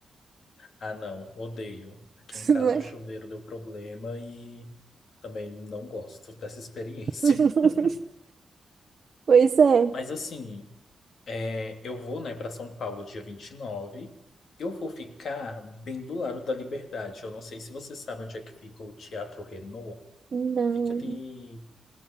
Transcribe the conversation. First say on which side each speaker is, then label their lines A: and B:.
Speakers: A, on the left (about 60°); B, on the right (about 40°).
A: Ah, não, odeio. Aqui
B: <laughs>
A: em casa
B: não é?
A: o chuveiro deu problema e também não gosto dessa experiência.
B: <laughs>
A: <laughs>
B: Pois é.
A: Mas assim, É, eu vou, né, para São Paulo dia 29. Eu vou ficar bem do lado da Liberdade. Eu não sei se você sabe onde é que fica o Teatro Renault.
B: Não.
A: Fica de